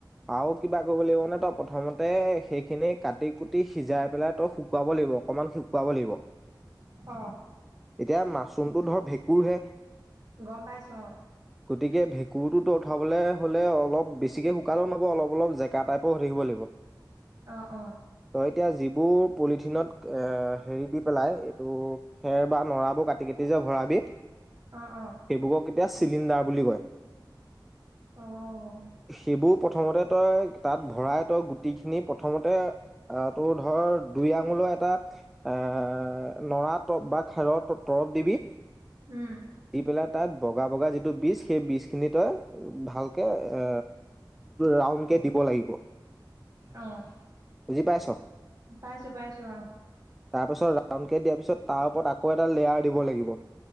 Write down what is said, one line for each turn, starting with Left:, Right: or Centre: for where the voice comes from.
Centre: আৰু কিবা কৰিব লাগিব নে তই প্ৰথমতে সেইখিনি কাটি কুটি সিজাই পেলাই তই শুকুৱাব লাগিব অকনমান শুকুৱাব লাগিব এতিয়া
Right: অ
Centre: মাছৰুমতটো ধৰ ভেকু কুৰহে
Right: গম পাইছোঁ অ
Centre: গতিকে ভেঁকুৰটো তই উঠাবলৈ হ'লে অলপ বেছিকে শুকালো নহব অলপ অলপ জেকা টাইপৰ হৈ লাগিব
Right: অ অ
Centre: তই এতিয়া যিবোৰ পলিথিনত এ হেৰি দি পেলাই এইটো খেৰ বা নৰাবোৰ কাটি কাটি যে ভৰাবি
Right: অ অ
Centre: সেইবোৰক এতিয়া চিলিণ্ডাৰ বুলি কয়
Right: অ',
Centre: সেইবোৰ প্ৰথমতে তই তাত ভৰাই তই গুটি খিনি প্ৰথমতে আহ তোৰ ধৰ দুই আঙলৈ এটা এ নৰা তৰপ বা খেৰৰ তৰপ দিবি
Right: উম,
Centre: দি পেলাত তাত বগা বগা যিটো বীজ সেই বীজখিনি তই ভালকে এ ৰাউণ্ডকে দিব লাগিব
Right: অ',
Centre: বুজি পাইছ
Right: পাইছো পাইছো অ',
Centre: তাৰপিছত ৰাউণ্ডকে দিয়াৰ পিছত তাৰ ওপৰত আকৌ এটা লেয়াৰ দিব লাগিব